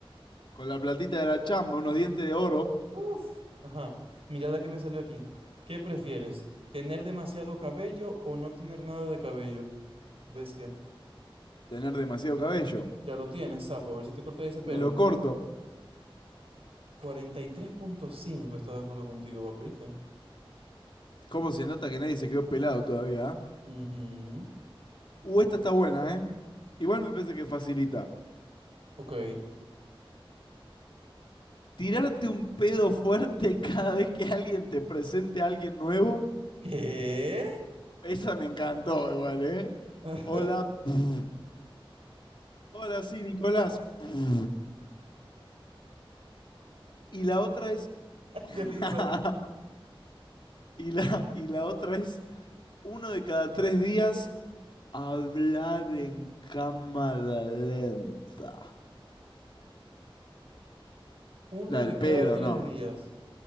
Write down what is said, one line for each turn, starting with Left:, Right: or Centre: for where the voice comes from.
Left: Con la platita de la chamba, unos dientes de oro,
Right: Uf. Ajá. Mira la que me salió aquí. ¿Qué prefieres? ¿Tener demasiado cabello o no tener nada de cabello? Bestia.
Left: tener demasiado cabello.
Right: Ya lo tienes, sapo. A ver si te cortas ese pelo.
Left: Me lo corto.
Right: cuarenta y tres punto cinco está de acuerdo contigo, papi. ¿viste?
Left: ¿Cómo se nota que nadie se quedó pelado todavía? ah?
Right: Ujú.
Left: Uh, esta está buena, ¿eh? Igual me parece que facilita.
Right: Ok.
Left: Tirarte un pedo fuerte <laughs> cada vez que alguien te presente a alguien nuevo.
Right: ¿Qué?
Left: Esa me encantó igual, ¿eh?
Right: <laughs>
Left: Hola. <laughs> Hola, sí, Nicolás. <laughs> Y la otra es.
Right: Qué
Left: <laughs>
Right: risa.
Left: y, la, y la otra es uno de cada tres días hablar en cámara lenta.
Right: Uno
Left: La
Right: de
Left: del pedo,
Right: cada tres
Left: no.
Right: días.